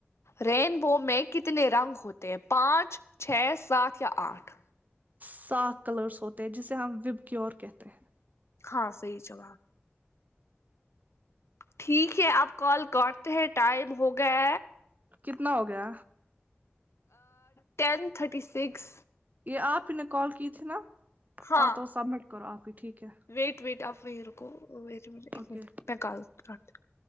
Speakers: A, on the left (about 80°); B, on the right (about 40°).
A: رینبو میں کتنے رنگ ہوتے ہیں پانچ چھ سات یا آٹھ
B: سات کلرس ہوتے ہیں جسے ہم وب گییور کہتے ہیں
A: ہاں صحیح جواب ٹھیک ہے آپ کال کاٹتے ہیں ٹائم ہو گیا
B: کتنا ہوگیا
A: ٹین تھرٹی سکس
B: یہ آپ ہی نے کال کی تھی ناں
A: ہاں
B: اور تو سبمٹ کرو آپ ہی ٹھیک ہے
A: ویٹ ویٹ آپ وہی رکو ویٹ آ منٹ ایک
B: اوکے
A: منٹ میں کال کاٹتی ہوں